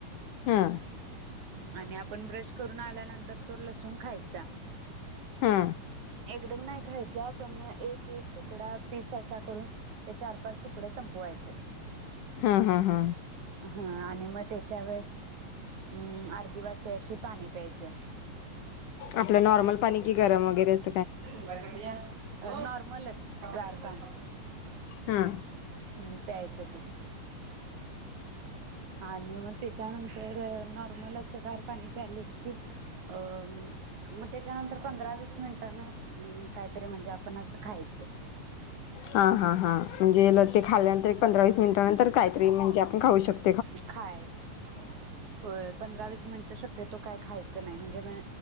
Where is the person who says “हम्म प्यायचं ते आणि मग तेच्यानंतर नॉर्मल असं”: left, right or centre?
Right